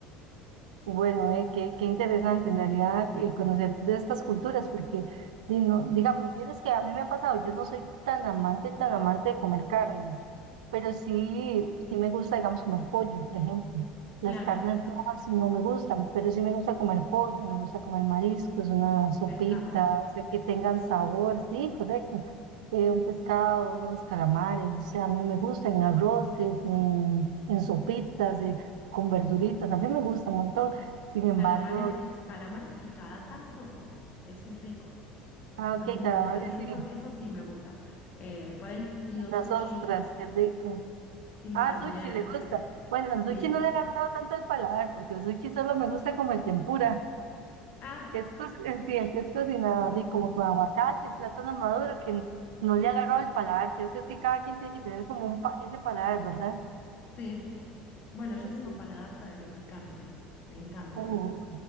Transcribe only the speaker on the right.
Bueno, eh, qué, qué interesante en realidad eh, conocer de estas culturas, porque di- no- digamos, vieras que a mí me ha pasado, yo no soy tan amante, tan amante de comer carnes, pero sí, sí me gusta, digamos, comer pollo, por ejemplo. Las
carnes rojas no me gustan, pero sí me gusta comer pollo, me gusta comer mariscos, una sopita,
o sea, que tengan sabor, sí, correcto. Eh, un pescado, unos calamares, o sea, a mí me gusta en arroces, en, en sopitas, eh, con verduritas, a mí me gusta un montón. Sin embargo,
ah,
ok,
calamares
sí,
unas
ostras, qué rico.
Ah,
sushi le gusta. Bueno, el sushi
no
le ha agarrado tanto el paladar, porque el sushi solo me gusta como el tempura,
que es co- el, sí, el que es cocinado, así como con aguacate, plátano maduro, que n- no le ha agarrado el paladar. Creo que es que cada quien tiene que tener como un pa- ese paladar, ¿verdad?
Sí.
Uh,